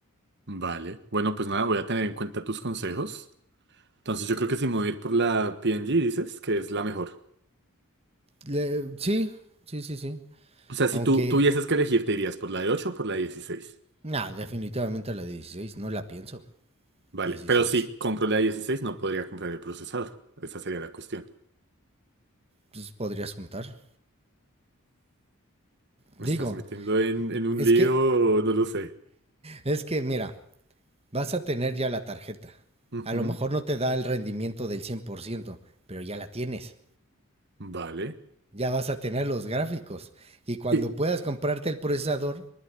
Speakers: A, on the right (about 50°); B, on the right (about 30°).
A: Vale. Bueno, pues nada, voy a tener en cuenta tus consejos. Entonces yo creo que si me voy a ir por la PNG, dices que es la mejor.
B: Le- sí, sí, sí, sí.
A: O sea, si
B: Aunque,
A: tú tuvieses que elegir, ¿te irías por la de 8 o por la de 16?
B: nah, definitivamente la 16 no la pienso.
A: Vale.
B: Dieciséis,
A: Pero si compro la de 16, no podría comprar el procesador. Esa sería la cuestión.
B: Pues podrías juntar.
A: Me
B: Digo,
A: estás metiendo en, en un
B: es
A: lío,
B: que,
A: no lo sé.
B: es que, mira, vas a tener ya la tarjeta.
A: Ujú.
B: A lo mejor no te da el rendimiento del 100%, pero ya la tienes.
A: Vale.
B: ya vas a tener los gráficos. Y cuando
A: Y,
B: puedas comprarte el procesador,